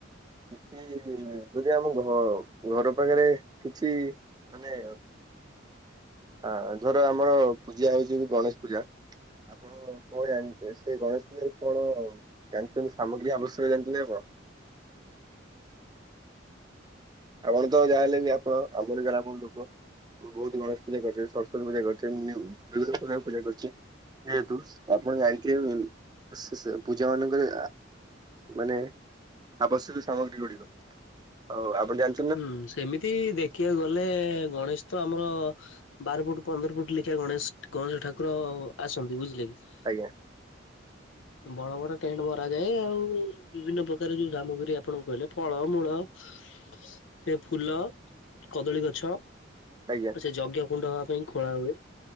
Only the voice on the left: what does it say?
ହୁଁ ସେମିତି ଦେଖିବାକୁ ଗଲେ ଗଣେଶ ତ ଆମର ବାର ଫୁଟ ପନ୍ଦର ଫୁଟ ଲେଖିଆ ଗଣେଶ ଗଣେଶ ଠାକୁର ଆସନ୍ତି ବୁଝିଲେ କି?
ବଡ ବଡ ଟେଣ୍ଟ ମରା ଯାଏ ଆଉ ବିଭିନ୍ନ ପ୍ରକାର ଯୋଉ ସାମଗ୍ରୀ ଆପଣଙ୍କୁ କହିଲେ ଫଳମୂଳ ସେ ଫୁଲ କଦଳୀ ଗଛ
ସେ ଯଜ୍ଞ କୁଣ୍ଡ ହବା ପାଇଁ ଖୋଳା ହୁଏ।